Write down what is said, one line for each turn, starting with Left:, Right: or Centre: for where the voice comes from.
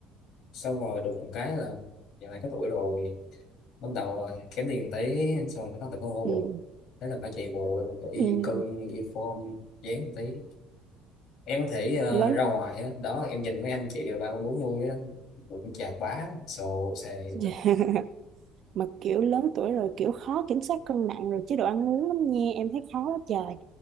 Left: xong rồi được một cái là giờ này có tuổi rồi bắt đầu là kém tiền một tí xong rồi bắt đầu có ngô bụng
Right: ừ,
Left: thế là phải chạy bộ phải đi
Right: ừ,
Left: vũ cân đi form dáng một tí em có thể ờ,
Right: lớn
Left: ra ngoài á đó em nhìn mấy anh chị ba mươi bốn mươi cũng chạc bá sồ xề
Right: dạ.
Left: đó.
Right: mà kiểu lớn tuổi rồi kiểu khó kiểm soát cân nặng rồi chế độ ăn uống lắm nha em thấy khó quá trời